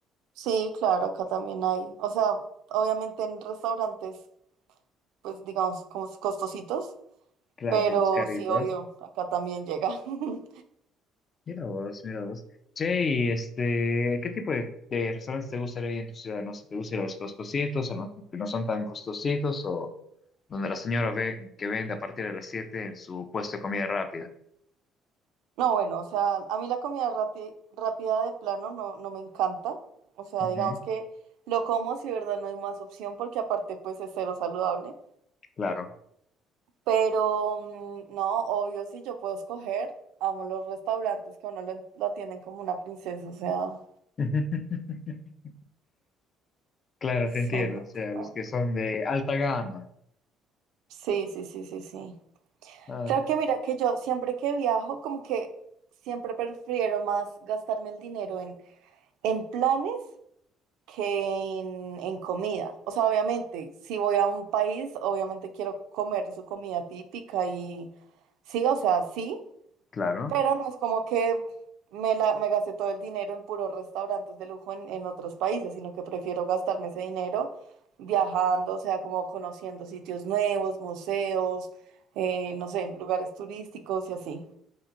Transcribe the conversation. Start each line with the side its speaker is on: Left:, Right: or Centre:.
Right: Sí, claro, acá también hay. O sea, obviamente en restaurantes, pues digamos, como costositos
Left: Claro,
Right: Pero
Left: los caritos.
Right: sí, obvio, acá también llega. <laughs>
Left: Mira vos, mira vos. Che, y este, ¿qué tipo de, de restaurantes te gustaría ir en tu ciudad? No sé, ¿te gustaría los costositos o no, que no son tan costositos o donde la señora ve que vende a partir de las siete en su puesto de comida rápida?
Right: No, bueno, o sea, a mí la comida rápi- rápida de plano no, no me encanta. O sea,
Left: Ujú,
Right: digamos que lo como si, verdad, no hay más opción porque aparte pues es cero saludable.
Left: claro.
Right: Pero mm, no, obvio, si yo puedo escoger, amo los restaurantes que a uno lo, lo atienden como una princesa. O sea,
Left: <laughs> Claro,
Right: sí,
Left: te entiendo.
Right: no,
Left: O sea,
Right: total.
Left: los que son de alta gama.
Right: Sí, sí, sí, sí, sí.
Left: Ah,
Right: Creo que mira que yo siempre que viajo, como que siempre prefiero más gastarme el dinero en, en planes que en, en comida. O sea, obviamente, si voy a un país, obviamente quiero comer su comida típica y sí, o sea, sí,
Left: claro.
Right: pero no es como que me, la, me gasté todo el dinero en puros restaurantes de lujo en, en otros países, sino que prefiero gastarme ese dinero viajando, o sea, como conociendo sitios nuevos, museos, eh, no sé, lugares turísticos y así.